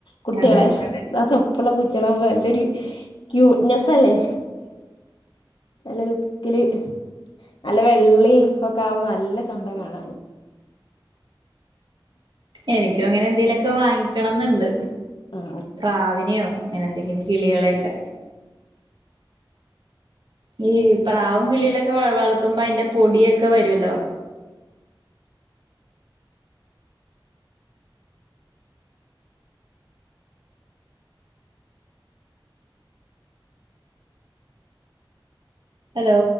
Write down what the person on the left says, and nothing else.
കുട്ടികളെ
ആ തൊപ്പള്ള പൂച്ചകള് ആകുമ്പ നല്ല ഒരു ക്യൂട്ടനെസ്സ് അല്ലേ നല്ല ലുക്കില് നല്ല വെള്ളി ഒക്കെ ആകുമ്പ നല്ല ചന്ത കാണാന്
ഉം